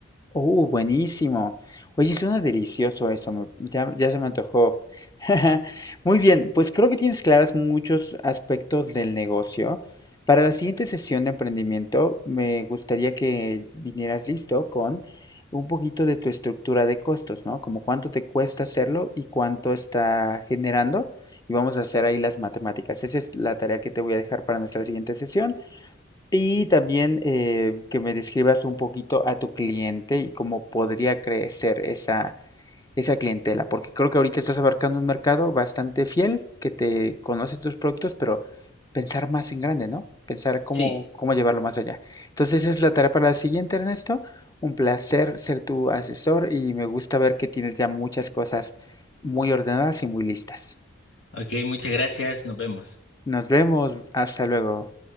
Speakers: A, on the left; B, on the left.
A: Uh, buenísimo. Oye, suena delicioso eso, me- ya, ya se me antojó. <laughs> Muy bien, pues creo que tienes claras muchos aspectos del negocio. Para la siguiente sesión de emprendimiento, me gustaría que vinieras listo con un poquito de tu estructura de costos, ¿no? Como cuánto te cuesta hacerlo y cuánto está generando. Y vamos a hacer ahí las matemáticas. Esa es la tarea que te voy a dejar para nuestra siguiente sesión. Y también eh, que me describas un poquito a tu cliente y cómo podría crecer esa, esa clientela, porque creo que ahorita estás abarcando un mercado bastante fiel que te conoce tus productos, pero pensar más en grande, ¿no? Pensar cómo,
B: Sí,
A: cómo llevarlo más allá. Entonces, esa es la tarea para la siguiente, Ernesto. Un placer ser tu asesor y me gusta ver que tienes ya muchas cosas muy ordenadas y muy listas.
B: ok, muchas gracias, nos vemos.
A: Nos vemos. Hasta luego.